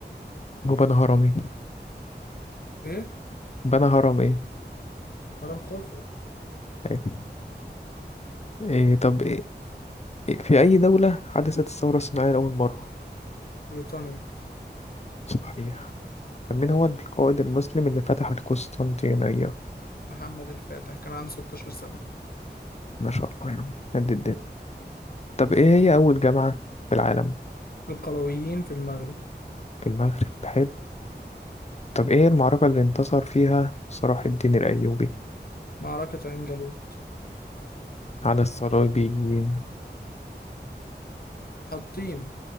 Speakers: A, on the left (about 40°); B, on the left (about 60°).
A: هو بنى هرم ايه؟
B: إيه؟
A: بنى هرم ايه؟
B: هرم خوفو
A: أيوة. إيه طب إيه؟ إيه في أي دولة حدثت الثورة الصناعية لأول مرة؟
B: بريطانيا
A: صحيح طب مين هو القائد المسلم اللي فتح القسطنطينية؟
B: محمد الفاتح كان عنده 16 سنة
A: ما شاء الله يعني قد الدنيا طب ايه هي أول جامعة في العالم؟
B: القرويين في المغرب
A: في المغرب حلو طب ايه المعركة اللي انتصر فيها صلاح الدين الأيوبي
B: معركة عين جالوت
A: على الصليبيين؟
B: حاطين